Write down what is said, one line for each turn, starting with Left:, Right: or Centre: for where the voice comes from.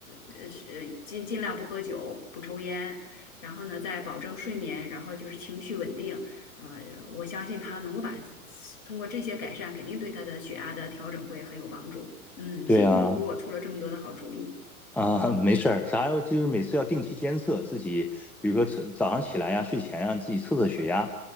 Left: 呃，是尽尽量不喝酒，不抽烟，然后呢，再保证睡眠，然后就是情绪稳定。嗯、呃我相信他能够把通过这些改善，肯定对他的血压的调整会很有帮助。嗯，
Centre: 对啊。
Left: 谢谢你给我出了这么多的好主意。
Centre: 啊，没事儿，啥要就是每次要定期监测自己，比如说早早上起来呀、睡前啊，自己测测血压，